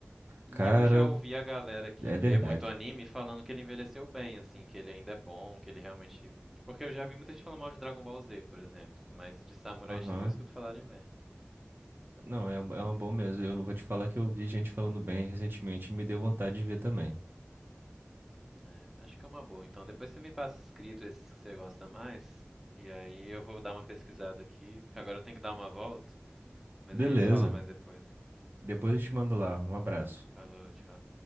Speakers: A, in the centre; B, on the right.
A: E
B: Cara,
A: eu já ouvi a galera que
B: é
A: vê
B: verdade.
A: muito anime falando que ele envelheceu bem, assim, que ele ainda é bom, que ele realmente. Porque eu já vi muita gente falando mal de Dragon Ball Z, por exemplo, mas de Samurai
B: Aham.
A: X eu escuto falarem bem.
B: Não, é, é uma boa mesmo. Eu vou te falar que eu vi gente falando bem recentemente e me deu vontade de ver também.
A: É, acho que é uma boa. Então depois você me passa escrito esses que você gosta mais, e aí eu vou dar uma pesquisada aqui, porque agora eu tenho que dar uma volta, mas
B: Beleza.
A: a gente se fala mais depois.
B: Depois eu te mando lá. Um abraço.
A: Falou, tchau.